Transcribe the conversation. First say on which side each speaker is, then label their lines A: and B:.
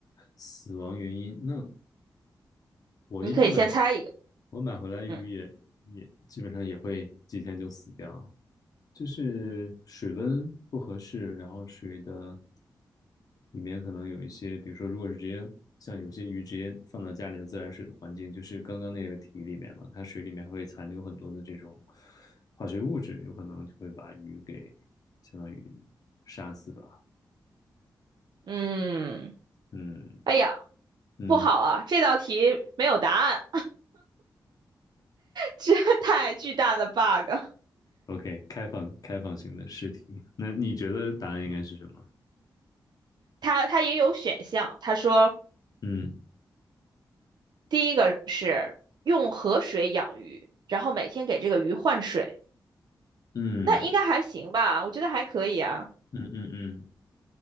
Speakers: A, on the left (about 55°); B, on the right (about 65°).
A: 死亡原因那我一般买，
B: 你可以先猜一个，
A: 我买回来鱼也也基本上也会几天就死掉，
B: 嗯
A: 就是水温不合适，然后水的里面可能有一些，比如说如果是直接像有些鱼直接放到家里的自来水的环境，就是刚刚那个题里面嘛，它水里面会残留很多的这种化学物质，有可能就会把鱼给相当于杀死吧。
B: 嗯，
A: 嗯
B: 哎呀，
A: 嗯
B: 不好啊，这道题没有答案。这 <laughs> 太巨大的 bug。
A: ，OK，开放开放性的试题，那你觉得答案应该是什么？
B: 它它也有选项，他说
A: 嗯。
B: 第一个是用河水养鱼，然后每天给这个鱼换水，
A: 嗯
B: 那应该还行吧？我觉得还可以啊。
A: 嗯嗯